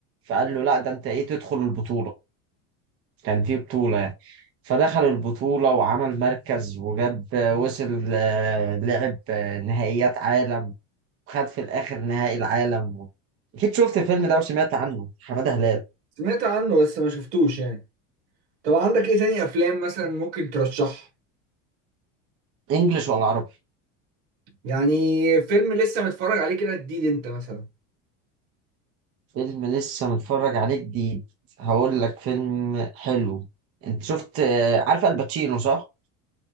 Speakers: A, on the right; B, on the right.
A: فقال له لا ده انت ايه تدخل البطوله كان في بطوله يعني فدخل البطوله وعمل مركز وجاب وصل آه، لعب آه، نهائيات عالم وخد في الاخر نهائي العالم اكيد شفت الفيلم ده وسمعت عنه حماده هلال
B: سمعت عنه بس ما شفتوش يعني طب عندك ايه تاني افلام مثلا ممكن ترشحها
A: انجلش ولا عربي
B: يعني فيلم لسه متفرج عليه كده جديد انت مثلا
A: فيلم لسه متفرج عليه جديد هقول لك فيلم حلو انت شفت آه، عارف الباتشينو صح